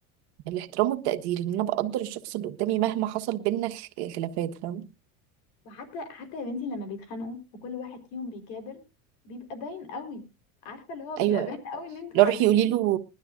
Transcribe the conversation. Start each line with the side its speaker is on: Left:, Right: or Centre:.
Right: الاحترام والتقدير ان انا بقدر الشخص اللي قدامي مهما حصل بينا خ- خلافات فاهمة
Left: وحتى حتى يا بنتي لما بيتخانقوا وكل واحد فيهم بيكابر بيبقى باين قوي عارفه اللي هو بيبقى
Right: ايوه
Left: باين قوي ان انتوا
Right: لو
Left: عايزين
Right: روحي قولي
Left: ايه
Right: له